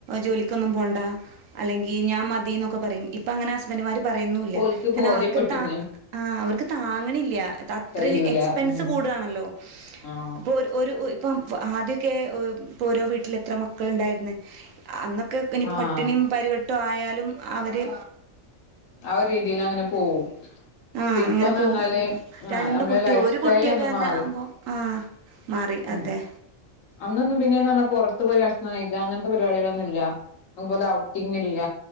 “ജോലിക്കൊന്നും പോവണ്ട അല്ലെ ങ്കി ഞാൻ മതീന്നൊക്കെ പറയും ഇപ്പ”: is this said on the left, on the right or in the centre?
Right